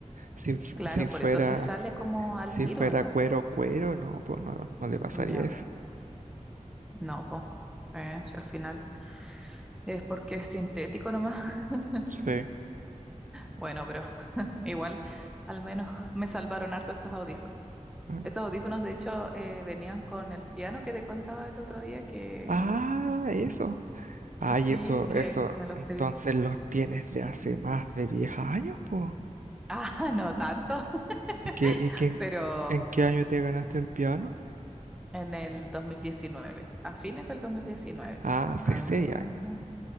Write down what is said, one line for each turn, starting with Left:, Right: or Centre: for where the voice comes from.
Right: Si, fu-
Centre: Claro,
Right: si
Centre: por
Right: fuera,
Centre: eso se sale como al
Right: si
Centre: tiro,
Right: fuera
Centre: ¿no?
Right: cuero, cuero, no, pues no, no le pasaría
Centre: Ya,
Right: eso.
Centre: no, po. Eh, si al final es porque es sintético nomás. <laughs>
Right: Sí.
Centre: Bueno, pero <laughs> igual, al menos me salvaron harto esos audífonos.
Right: Ah,
Centre: Esos audífonos, de hecho, eh, venían con el piano que te contaba el otro día que
Right: Ah, eso. Ay,
Centre: Sí,
Right: eso,
Centre: que,
Right: eso.
Centre: que me los
Right: Entonces
Centre: pedí.
Right: los tienes de hace más de 10 años, po.
Centre: Ah, <laughs> no tanto, <laughs>
Right: ¿Qué, y qué,
Centre: pero
Right: en qué año te ganaste el piano?
Centre: en el 2019, a fines del 2019.
Right: Ah, hace
Centre: A
Right: 6
Centre: ver cuánto.
Right: años.